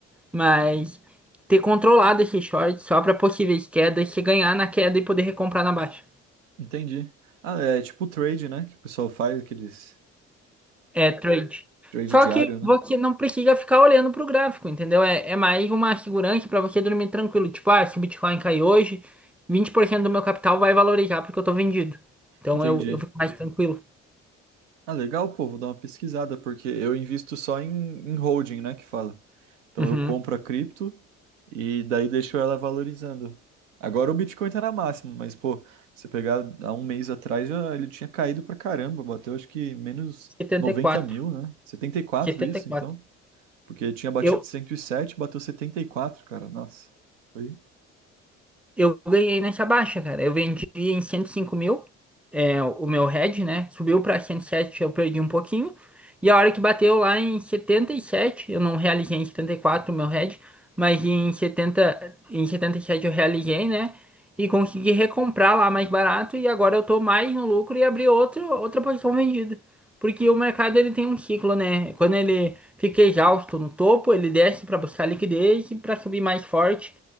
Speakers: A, in the centre; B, on the right.
A: mas ter controlado esse short só para possíveis quedas, se ganhar na queda e poder recomprar na baixa.
B: Entendi. Ah, é tipo trade, né? Que o pessoal faz aqueles
A: É trade.
B: trade
A: Só
B: diário,
A: que
B: né?
A: você não precisa ficar olhando pro gráfico, entendeu? É, é mais uma segurança para você dormir tranquilo. Tipo, ah, se o Bitcoin cair hoje, 20% do meu capital vai valorizar porque eu tô vendido. Então
B: Entendi.
A: eu, eu fico mais tranquilo.
B: Ah, legal, pô, vou dar uma pesquisada, porque eu invisto só em, em holding, né? Que fala. Então
A: Uhum.
B: eu compro a cripto e daí deixo ela valorizando. Agora o Bitcoin tá na máxima, mas, pô, se você pegar há um mês atrás, já ele tinha caído pra caramba, bateu acho que menos
A: setenta
B: 90
A: e quatro.
B: mil, né? setenta e quatro
A: setenta
B: isso,
A: e quatro.
B: então. Porque tinha batido
A: Eu,
B: 107, bateu 74, cara. Nossa. Foi.
A: Eu ganhei nessa baixa, cara. Eu vendi em 105 mil, é, o meu head, né? Subiu para 107, eu perdi um pouquinho. E a hora que bateu lá em 77, eu não realizei em 74 o meu head, mas em 70, em 77 eu realizei, né? E consegui recomprar lá mais barato e agora eu tô mais no lucro e abri outro, outra posição vendida. Porque o mercado ele tem um ciclo, né? Quando ele fica exausto no topo, ele desce para buscar liquidez e para subir mais forte.